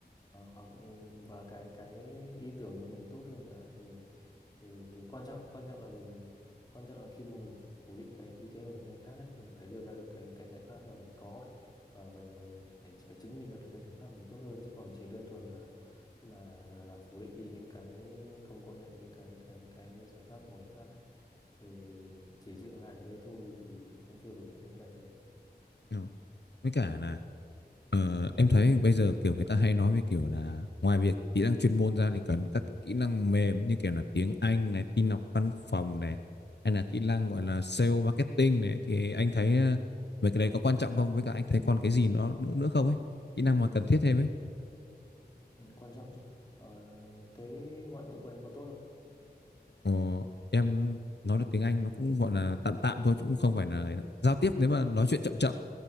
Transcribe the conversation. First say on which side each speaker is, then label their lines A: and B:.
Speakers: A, on the left (about 25°); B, on the left (about 85°).
A: hoặc ừ, và cái cái ý tưởng của mình tốt hơn chẳng hạn thì thì thì quan trọng quan trọng là mình quan trọng là khi mà mình phủ định cái ý kiến của những người khác ấy mình phải đưa ra được cái cái giải pháp mà mình có ấy. và và và mình phải phải chứng minh được là cái giải pháp mình tốt hơn chứ còn chỉ đơn thuần là là là phủ định đi những cái không công nhận những cái cái cái giải pháp của người khác ấy thì chỉ dừng lại ở đây thôi thì thì cũng chưa đủ anh nghĩ là thế
B: ừ. với cả là ờ, em thấy bây giờ kiểu người ta hay nói về kiểu là ngoài việc kỹ năng chuyên môn ra thì cần các kỹ năng mềm như kiểu là tiếng Anh này tin học văn phòng này hay là kỹ năng gọi là sale marketing này thì anh thấy ờ, mấy cái đấy có quan trọng không với cả anh thấy còn cái gì nó nữa, nữa không ấy kỹ năng mà cần
A: ừ.
B: thiết thêm ấy
A: Ừ, quan trọng chứ ờ, thế ngoại ngữ của em có tốt không
B: Ờ, em nói được tiếng Anh nó cũng gọi là tạm tạm thôi chứ cũng không phải là ấy lắm. Giao tiếp nếu mà nói chuyện chậm chậm